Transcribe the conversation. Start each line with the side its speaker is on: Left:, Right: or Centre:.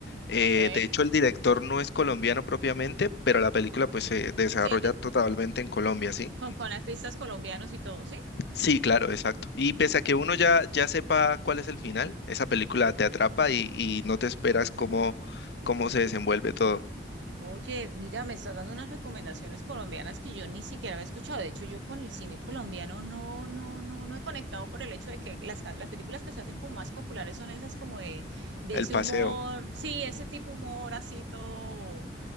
Left: Eh,
Right: Ok.
Left: de hecho, el director no es colombiano propiamente, pero la película pues se desarrolla
Right: Sí, es de
Left: totalmente en Colombia, ¿sí?
Right: con, con artistas colombianos y todo, ¿sí?
Left: Sí, claro, exacto. Y pese a que uno ya, ya sepa cuál es el final, esa película te atrapa y, y no te esperas cómo, cómo se desenvuelve todo
Right: Oye, mira, me estás dando unas recomendaciones colombianas que yo ni siquiera había escuchado. De hecho, yo con el cine colombiano no, no, no, no he conectado por el hecho de que las, ca- las películas que se hacen como más populares son esas como de, de
Left: el
Right: ese
Left: paseo.
Right: humor, sí, ese tipo humor así todo